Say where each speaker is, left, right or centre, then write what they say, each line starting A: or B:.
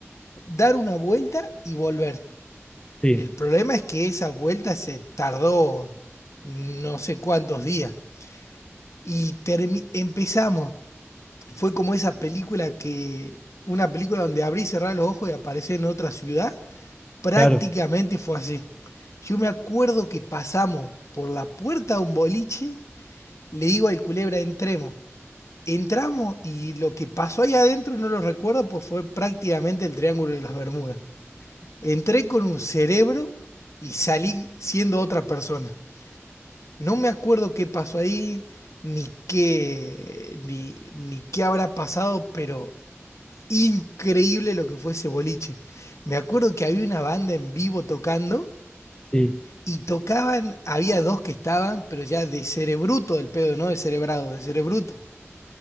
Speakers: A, on the left (about 80°); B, on the left (about 20°).
A: dar una vuelta y volver.
B: Sí,
A: El problema es que esa vuelta se tardó no sé cuántos días y termi- empezamos fue como esa película que, una película donde abrí y cerré los ojos y aparecí en otra ciudad, prácticamente
B: claro,
A: fue así. Yo me acuerdo que pasamos por la puerta de un boliche, le digo al culebra, entremos. Entramos y lo que pasó ahí adentro no lo recuerdo, pues fue prácticamente el Triángulo de las Bermudas. Entré con un cerebro y salí siendo otra persona. No me acuerdo qué pasó ahí, ni qué, ni, ni qué habrá pasado, pero Increíble lo que fue ese boliche. Me acuerdo que había una banda en vivo tocando
B: sí.
A: y tocaban, había dos que estaban, pero ya de cerebruto del pedo, no de cerebrado, de cerebruto.